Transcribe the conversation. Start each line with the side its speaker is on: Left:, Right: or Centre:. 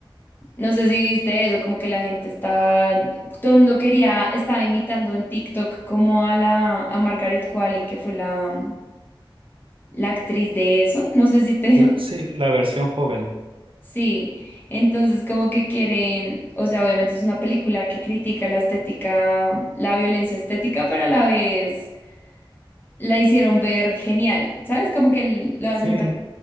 Left: No sé si viste eso, como que la gente estaba, todo el mundo quería, estaba imitando en TikTok como a la, a Margaret Qualley, que fue la, la actriz de eso. No sé si te,
Right: La- sí, la versión joven.
Left: <laughs> sí. Entonces, como que quieren, o sea, obviamente es una película que critica la estética, la violencia estética, pero a la vez la hicieron ver genial, ¿sabes? Como que lo hacen
Right: Sí,
Left: ver